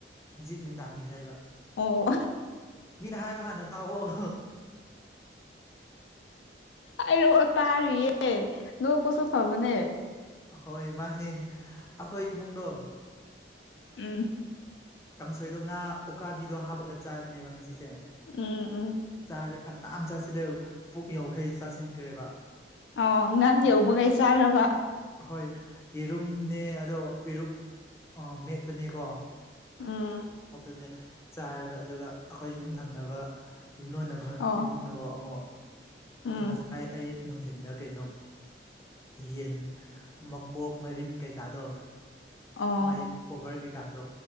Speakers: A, on the left; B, on the left.
A: ꯍꯧꯖꯤꯛ ꯅꯨꯡꯗꯥꯡꯒꯤ ꯍꯥꯏꯕ
B: ꯑꯣ
A: ꯃꯤꯅ ꯍꯥꯏꯕ ꯍꯥꯟꯅ ꯇꯥꯑꯣ
B: ꯍꯥꯏꯔꯛꯑꯣ ꯇꯥꯔꯤꯌꯦ ꯅꯣꯛꯄꯁꯨ ꯐꯕꯅꯦ
A: ꯍꯣꯏ ꯃꯥꯅꯦ ꯑꯩꯈꯣꯏ ꯏꯃꯨꯡꯗꯣ
B: ꯎꯝ
A: ꯀꯥꯡꯁꯣꯏꯗꯣ ꯉꯥ ꯎꯀꯥꯕꯤꯗꯣ ꯍꯥꯞꯄꯒ ꯆꯥꯕꯅꯦꯕ ꯉꯁꯤꯁꯦ
B: ꯎꯝ ꯎꯝ
A: ꯆꯥꯔꯦ ꯐꯅꯥꯝ ꯆꯥꯁꯤꯜꯂꯦ ꯄꯨꯛ ꯌꯧꯈꯩ ꯆꯥꯁꯤꯟꯈ꯭ꯔꯦꯕ
B: ꯑꯣ ꯉꯛ
A: ꯑꯗꯣ
B: ꯌꯧꯕꯈꯩ ꯆꯥꯔꯕ
A: ꯍꯣꯏ ꯌꯦꯔꯨꯝꯅꯦ ꯑꯗꯣ ꯄꯦꯔꯨꯛ ꯑ ꯃꯦꯠꯄꯅꯦꯀꯣ
B: ꯎꯝ
A: <unintelligible> ꯆꯥꯔꯦꯕ ꯑꯗꯨꯒ ꯑꯩꯈꯣꯏ ꯌꯨꯝꯊꯪꯅꯕ ꯌꯨꯝꯂꯣꯟꯅꯕ ꯅꯕꯠꯏꯃꯨꯡꯅꯀꯣ
B: ꯑꯣ
A: ꯑꯃꯨꯛ
B: ꯎꯝ
A: ꯉꯁꯥꯏ ꯑꯩ ꯅꯨꯡꯊꯤꯟꯗ ꯀꯩꯅꯣ ꯌꯦꯟ ꯃꯀꯣꯛ ꯃꯔꯤꯟ ꯀꯩꯀꯥꯗꯣ
B: ꯑꯣ
A: ꯃꯩ ꯀꯣꯚꯔ ꯀꯩꯀꯥꯗꯣ